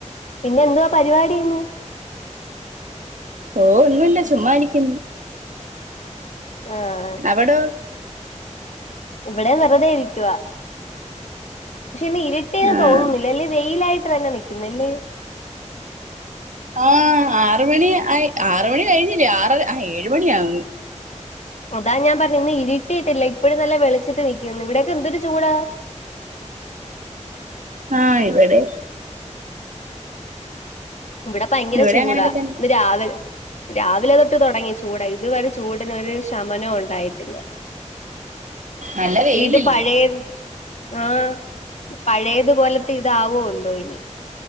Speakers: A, on the left (about 65°); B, on the right (about 80°).
A: പിന്നെ എന്തുവാ പരിപാടിന്ന്
B: ഓ ഒന്നുല്ല ചുമ്മാനിക്കുന്നു
A: ആഹ്
B: അവിടോ
A: ഇവിടെ വെറുതെയിരിക്കുവ പക്ഷെ ഇന്ന് ഇരുട്ടേന്ന്
B: ആഹ്
A: തോന്നുന്നില്ല അല്ലേ വെയിലായിട്ട് തന്നെ നിക്കുന്നല്ലേ
B: ആ ഹ്ആറ് മണി ആറ്മണി കഴിഞ്ഞില്ലേ ആറ് ആ ഏഴ മണിയ ആവന്ന്
A: അതാ ഞാൻ പറഞ്ഞു ഇന്ന് ഇരിട്ടിയിട്ടില്ല ഇപ്പോഴും നല്ല വെളിച്ചിട്ട് നിൽക്കുന്നു ഇവിടൊക്കെ എന്തൊരു ചൂടാ
B: ആഹ് ഇവിടെയും
A: ഇവിടെ ഭയങ്കര
B: ഇവിടെ
A: ചൂടാ
B: അങ്ങനെയൊക്കെ തന്നെ
A: ഇന്ന് രാവിലെ രാവിലെ തൊട്ട് തുടങ്ങി ചൂട ഇതുവരെ ചൂടിന് ഒരു ശമനവും ഉണ്ടായിട്ടില്ല
B: നല്ല വെയിലില്ലേ
A: വീട് പഴയത് ആഹ് പഴയതു പോലത്തെ ഇതാവോ എന്തോ ഇനി